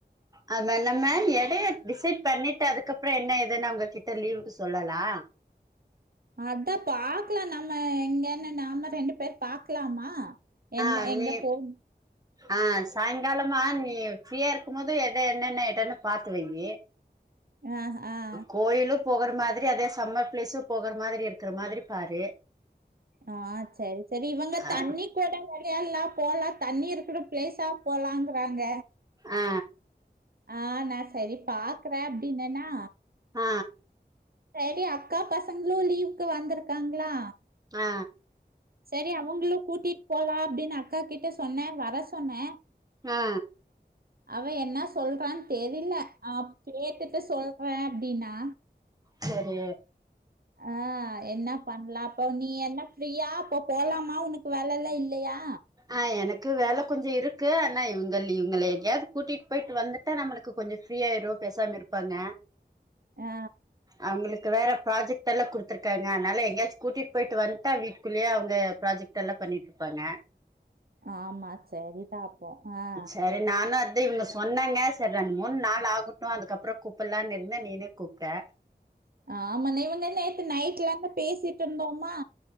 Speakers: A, on the right; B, on the right.
A: அது ந நம்ம எடைய டிசைட் பண்ணிட்டு அதுக்கப்புற என்ன ஏதுன்னு அவுங்ககிட்ட லீவுக்கு சொல்லலா
B: அதா பாக்கலா நம்ம எங்கன்னு நாம ரெண்டு பேரு பாக்கலாமா என்ன
A: ஆ
B: எங்க
A: நீ
B: போன்
A: ஆ சாயங்காலமா நீ ஃப்ரீயா இருக்கும் போது எத என்னென்ன எடன்னு பாத்து வெய்யு
B: ஆ ஆ
A: கோயிலு போகற மாதிரி அதே சம்மர் ப்ளேசு போகற மாதிரி இருக்கிற மாதிரி பாரு
B: ஆ சரி சரி இவங்க
A: ஆ
B: தண்ணி கூட வரியா எல்லா போலா தண்ணி இருக்கிற ப்ளேஸா போலாங்கிறாங்க
A: ஆ
B: ஆ நா செரி பாக்குற அப்டின்னனா
A: ஆ
B: செரி அக்கா பசங்ளு லீவுக்கு வந்திருக்காங்களா
A: அ
B: செரி அவங்களு கூட்டிட்டு போலா அப்டின்னு அக்கா கிட்ட சொன்னே வர சொன்னே
A: ஆ
B: அவ என்ன சொல்றான் தெரில ஆ கேட்டுட்டு சொல்றே அப்டின்னா
A: செரி
B: ஆ அ என்ன பண்ணலா அப்ப நீ என்ன ஃப்ரீயா அப்ப போலாமா உனக்கு வேலைல்லா இல்லையா
A: ஆ எனக்கு வேல கொஞ்ச இருக்கு ஆனா இவங்க இவங்கள எங்கயாவது கூட்டிட்டு போயிட்டு வந்து ட்டா நம்மளுக்கு கொஞ்ச ஃப்ரீயாயிரு பேசாம இருப்பாங்க
B: ஆ
A: அவங்களுக்கு வேற ப்ராஜெக்ட் எல்லா குடுத்துருக்காங்க அதுனால எங்கயாச்சு கூட்டிட்டு போயிட்டு வந்ட்டா வீட்டுக்குள்ளயே அவங்க ப்ராஜெக்ட் டெல்லா பண்ணிட்டு இருப்பாங்க
B: ஆமா சரிதா இப்போ ஆ
A: சரி நானு அத்தா இவங்க சொன்னாங்க சரி ரெண் மூணு நாள் ஆகட்டு அதுக்கப்புற கூப்பிடலானு இருந்த நீனே கூப்பிட்ட
B: ஆமா நே இவங்க நேத்து நைட்லேருந்து பேசிட்டு இருந்தோமா